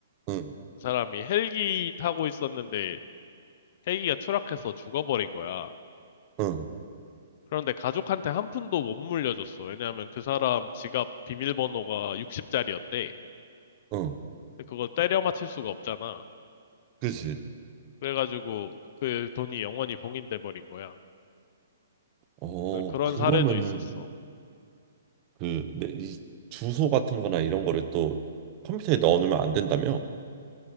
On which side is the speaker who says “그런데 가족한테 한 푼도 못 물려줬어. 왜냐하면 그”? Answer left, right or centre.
Left